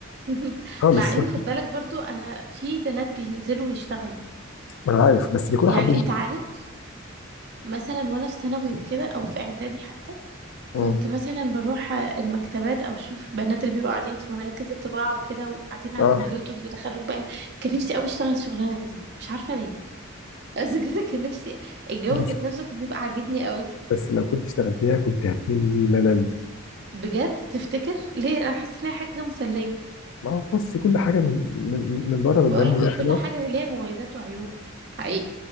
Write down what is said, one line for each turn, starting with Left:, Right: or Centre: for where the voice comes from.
Right: <laughs>
Left: خالص
Right: مع ان
Left: <laughs>
Right: خد بالك برضو انا في بنات بينزلوا ويشتغلوا
Left: ما انا عارف بس بيكونوا
Right: يعني
Left: حابين
Right: انت
Left: كده
Right: عارف مثلا وانا في ثانوي وكده او في اعدادي حتى كنت
Left: مم.
Right: مثلا بروح المكتبات او اشوف البنات اللي بيبقوا قاعدين في مراكز الطباعه وكده وقاعدين على
Left: اه
Right: الكمبيوتر بيدخلوا بيان كان نفسي قوي اشتغل الشغلانه دي مش عارفه ليه <laughs> بس بجد كان نفسي الجو
Left: بس
Right: ذات نفسه كان بيبقى عاجبني قوي
Left: بس لو كنت اشتغلتيها كنت هتملي ملل
Right: بجد تفتكر ليه انا حاسه ان هي حاجه مسليه
Left: ما هو بص كل حاجه من من, من بره
Right: بقول
Left: بتبان ان هي حلوه
Right: كل حاجه ليها مميزات وعيوب حقيقي